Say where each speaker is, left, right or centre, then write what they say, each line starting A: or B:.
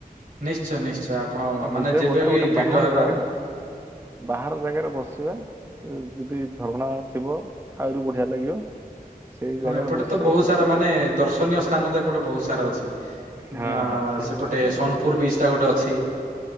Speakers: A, on the right (about 65°); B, on the right (about 15°).
A: ନିଶ୍ଚୟ ନିଶ୍ଚୟ ଆପଣ
B: ନିଜେ
A: ମାନେ ଯେବେବି
B: ବନେଇବା ଗୋଟେ
A: ଭେଟ
B: ବାହାର
A: ହେବା
B: ଜାଗାରେ ବାହାର ଜାଗାରେ ବସିବା ଯଦି ଝରଣା ଥିବ ଆହୁରି ବଢିଆ ଲାଗିବ। ସେଇ ଜାଗାରେ
A: ହଁ ଏପଟେ
B: ବସିବା
A: ତ ବହୁତ
B: ବସିକି
A: ସାରା ମାନେ ଦର୍ଶନୀୟ ସ୍ଥାନ ତ ଏପଟେ ବହୁତ ସାରା ଅଛି।
B: ହଁ
A: ଆ
B: ହଁ ସେଇଭଳିଆ
A: ସେପଟେ
B: ଜାଗାରେ
A: ସୋନପୁର ବିଚ୍ ଟା ଗୋଟେ ଅଛି।